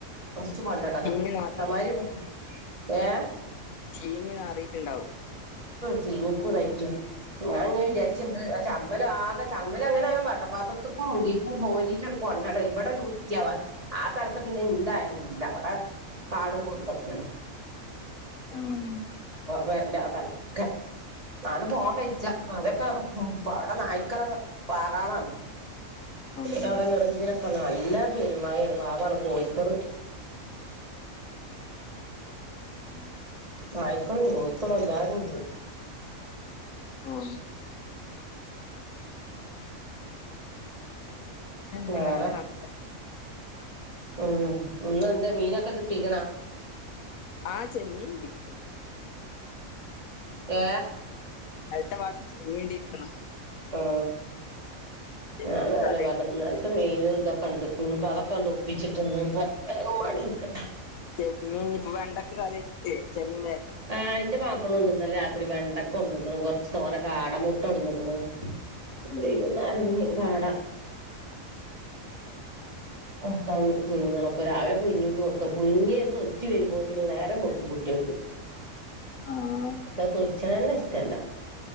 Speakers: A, on the right; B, on the left.
A: ത്കൊണ്ടിടാല്
B: ചീഞ്ഞ്
A: ലവമ്മാര് ഏഹ്
B: ചീഞ്ഞിനാറിയിട്ടുണ്ടാവും
A: ചീനിക്കുന്നതായിട്ട് ഞാൻഎന്നാവിചാരിച്ച്എന്താചമ്മ
B: ഉം
A: അമ്മല ആകെ ചമ്മല് അങ്ങന ആ വട്ടപ്പാത്രത്തിക്കുംമുരിക്കും പോരിട്ട് കൊണ്ടടല് ഇവിടെണ്ട് വൃത്തിആവാൻ ആ തർക്കപിന്നെഎന്തായാലുംപൊണ്ടില്ല അവിടെകാടുംപോറത്ത് ഒക്കെയേണ്
B: മ്മ്
A: വേറെണ്ടആതൊടുക്കെ നാട്പോൻവജജമതൊക്കെ ഉ പാടെ നായ്ക്കളൊക്കെവാറാളണ്ട്
B: ഉം
A: ഇവടങ്ങ്ചിലൊക്കെ നല്ല പെരുമായാണ് പാവാണ് പോയി ക്കള്
B: ഉം
A: നായ്ക്കളും കോയിക്കളും എല്ലാരും ഉണ്ട്
B: ആഹ് അങ്ങനെ
A: വേറെ
B: നടക്ക
A: ഉം ഇന്ന് എന്താ മീനൊക്കെ കിട്ടിക്കണാ
B: ആ ചെമ്മീൻ കിട്ടി
A: ഏ
B: അടുത്ത ബാക്കി വീണ്ടിയിരിക്കണം
A: ആ
B: ചെമ്മീൻ
A: ഞാന് അതന്നെ
B: കറി
A: പറഞ്ഞെ
B: വെക്കാൻ
A: ഇന്നലത്തെ മീനും ഇതൊക്കെ ഉണ്ട് ഉം അതൊക്കെ ഒണ്ട് ഒപ്പിച്ചിട്ട് ഇന്ന് വേഗം പണിഇക്കട്ടെ
B: ചെമ്മീൻ ഇപ്പൊ വെണ്ടൊക്കെ കറി വെച്ചിട്ട് ചെമ്മീന്
A: ആ എന്റെ വാ ക്കളുണ്ട് ഇന്നലെ രാത്രി വെണ്ടക്ക കൊണ്ട് വന്നേക്കണു കൊറച്ച് തോനെ കാട മുട്ട കൊട് ന്നേക്കണ്
B: ഉം
A: <unintelligible> അറിഞ്ഞ് കാടാ കൊട്ട പുഴുങ്ങണം അപ്പൊ രാവിലെ പുഴുങ്ങി കൊക്ക പുഴുങ്ങിത്തൊച്ചു വരുമ്പോത്തിനു നേരം പോകും കുട്ടി ക്ക്‌
B: ആഹ്
A: ക്ക്‌ തൊൽച്ചതന്നെ ഇഷ്ടല്ല